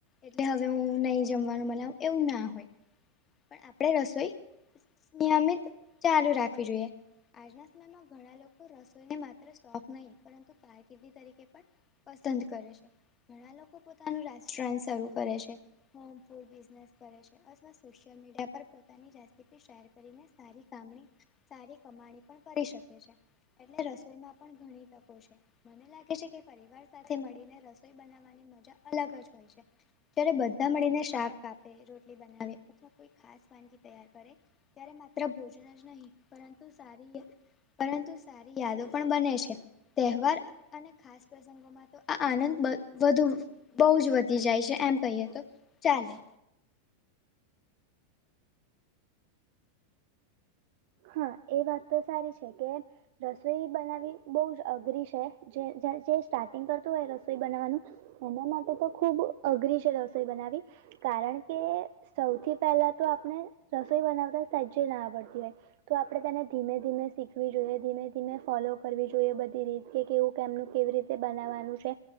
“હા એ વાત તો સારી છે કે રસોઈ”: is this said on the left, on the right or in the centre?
Right